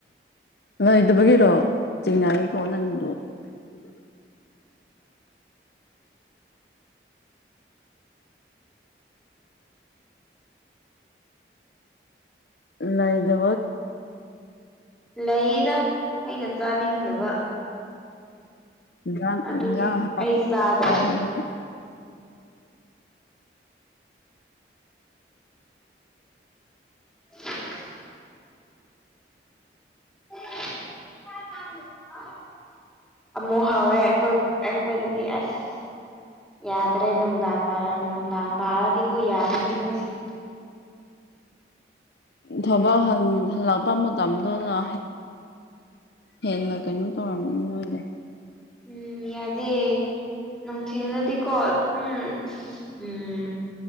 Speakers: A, on the left; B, in the centre.
A: ꯂꯩꯗꯕꯒꯤꯔꯣ ꯆꯤꯡꯅꯏꯀꯣ ꯅꯪꯉꯗꯣ ꯅ ꯏꯕꯦ
B: ꯂꯩꯗ ꯑꯩꯅ ꯆꯥꯅꯤꯡꯗꯕ
A: ꯏꯟꯖꯥꯡ
B: ꯑꯗꯨꯒꯤ
A: ꯏꯟꯖꯥꯡ ꯍꯥꯏ
B: ꯑꯩ ꯆꯥꯗ꯭ꯔꯦ
A: ꯍꯥꯎꯕꯕꯨꯗꯤ
B: <inaudible> <unintelligible> ꯃꯣ ꯍꯋꯦ ꯑꯦꯈꯣꯏ ꯑꯦꯈꯣꯏꯗꯤ ꯑꯁ ꯌꯥꯗ꯭ꯔꯦ ꯅꯨꯡꯗꯥꯡ ꯄꯥꯔ ꯅꯨꯡꯗꯥꯡ ꯄꯥꯔꯗꯤꯈꯣꯏ ꯌꯥꯔꯤꯅꯦ ꯑꯩꯈꯣꯏꯁꯦ
A: ꯊꯕꯛ ꯍꯜꯂꯛꯄ ꯃꯇꯝꯗꯨꯅ ꯍꯦꯟꯅ ꯀꯩꯅꯣ ꯇꯧꯔꯝꯒꯅꯤ ꯅꯣꯏꯗ
B: ꯎꯝ ꯌꯥꯗꯦ ꯅꯨꯡꯊꯤꯜꯗꯗꯤꯀꯣ ꯑꯗꯨꯗꯤꯀꯣ ꯎꯝ ꯎꯝ